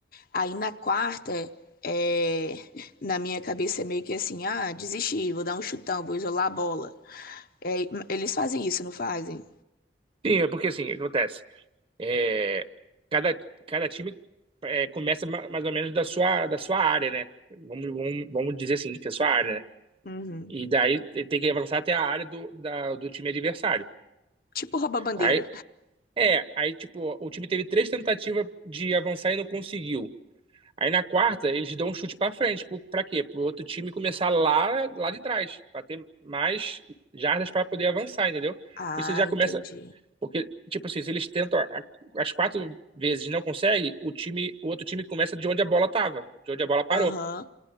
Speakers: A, on the left (about 55°); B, on the right (about 30°).
A: Aí na quarta, é, na minha cabeça é meio que assim, ah, desisti, vou dar um chutão, vou isolar a bola. É, eles fazem isso, não fazem?
B: Sim, é porque assim, o que acontece? É, cada, cada time é, começa ma- mais ou menos da sua, da sua área, né? Vamos, vamos, vamos dizer assim, que é a sua área, né?
A: Uhum.
B: E daí te- tem que avançar até a área do, da- do time adversário.
A: Tipo rouba-bandeira.
B: Aí, é, aí tipo, o time teve três tentativas de avançar e não conseguiu. Aí na quarta, eles dão um chute pra frente. Pro- Pra quê? Pro outro time começar lá, lá de trás, pra ter mais jardas pra poder avançar, entendeu?
A: Ah,
B: Porque você já
A: entendi.
B: começa Porque, tipo assim, se eles tentam a- a- as quatro vezes e não conseguem, o time, o outro time começa de onde a bola tava, de onde a bola parou.
A: Aham,